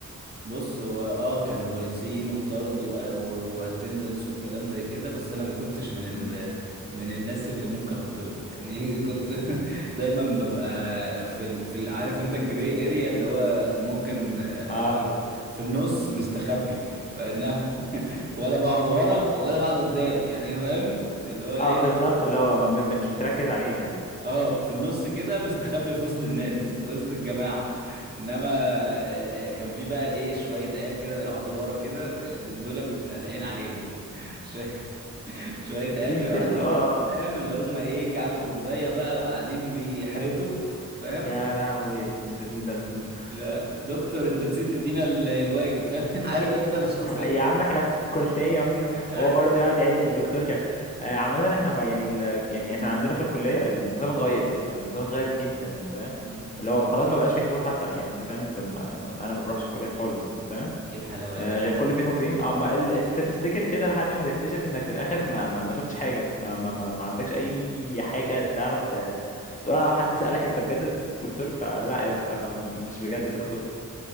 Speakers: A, on the right (about 30°); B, on the left (about 25°).
A: بص هو اه كانوا غلسين وطرد واتندنس والكلام زي كده بس انا ما كنتش من
B: امم
A: ال... من الناس اللي ممكن اتطرد يعني <laughs> كنت دايما ببقى في ال... في ال... عارف انت الجري اريا اللي هو ممكن ابقى
B: اه
A: في النص مستخبي فإنما- <laughs> ولا بقعد ورا ولا بقعد قدام يعني فاهم اللي هو ايه
B: اه بالظبط اللي هو ما- ما- مش بتركز عليك يعني
A: اه في النص كده مستخبي في وسط الناس
B: امم
A: في وسط الجماعة انما آه، آه، كان في بقى ايه شوية عيال كده يقعدوا ورا كده آه، د- دول بيبقى العين عليهم <laughs> ش- شوية
B: بيطردوا
A: عيال بيبقوا قاعدين
B: اه آه.
A: قدام اللي هم ايه كعب كوباية بقى وقاعدين بيحرتوا فاهم
B: يا لهوي انت انت
A: اللي هو دكتور انت نسيت تدينا ال- الواجب فاهم <laughs> عارف انت الشخصيات
B: يا عم احنا في كلية واجب
A: اي
B: وهو برضه يقعد يعيد للدكتور كده آه، عامة احنا بقى يعني ال... يعني احنا عندنا في الكلية النظام اتغير يعني النظام اتغير جدا انت فاهم
A: مم.
B: اللي هو خلاص ما بقاش في حضور حتى يعني انت فاهم انت ما... ما- انا ما بروحش الكلية خالص انت فاهم
A: ايه الحلاوة
B: آه
A: دي
B: غير كل فين وفين اه ما ال... انت تفتكر كده لحد ما تكتشف انك في الاخر ما ما, ما شفتش حاجة ما... ما ما ما عندكش اي حاجة تعرف ت... تقول لو حد سألك انت بجد دكتور فلا يا اسطى مش بجد دكتور